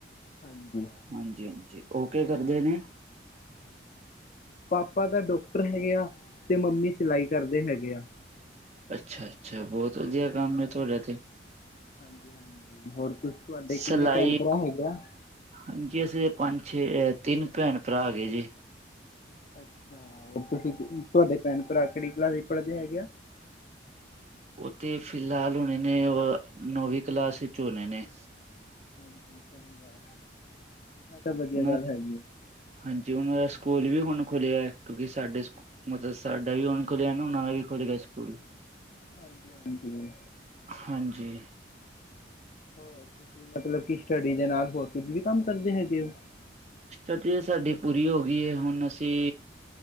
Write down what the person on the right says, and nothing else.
ਹਾਂਜੀ, ਹਾਂਜੀ ਉਹ ਕਿ ਕਰਦੇ ਨੇ?
ਅੱਛਾ, ਅੱਛਾ ਬਹੁਤ ਵਧੀਆ ਕੰਮ
ਹੈ ਤੁਹਾਡਾ ਤੇ।
ਸਿਲਾਈ
ਹਾਂਜੀ, ਅਸੀਂ ਪੰਜ, ਛੇ ਤਿੰਨ ਭੈਣ ਭਰਾ ਹੈਗੇ ਜੀ।
ਉਹ ਤੇ ਫਿਲਹਾਲ ਹੋਣੇ ਨੇ ਉਹ ਨੌਵੀਂ ਕਲਾਸ ਵਿੱਚ ਹੋਣੇ ਨੇ।
ਉਹਨਾਂ
ਹਾਂਜੀ, ਉਹਨਾਂ ਦਾ ਸਕੂਲ ਵੀ ਹੁਣ ਖੁੱਲਿਆ ਕਿਉਂਕਿ ਸਾਡੇ ਮਤਲਬ ਸਾਡਾ ਵੀ ਹੁਣ ਖੋਲਿਆ ਨਾ ਉਹਨਾਂ ਦਾ ਵੀ ਖੁੱਲ ਗਿਆ ਸਕੂਲ।
ਹਾਂਜੀ।
ਸਟਡੀ ਤੇ ਸਾਡੀ ਪੂਰੀ ਹੋ ਗਈ ਏ ਹੁਣ ਅਸੀਂ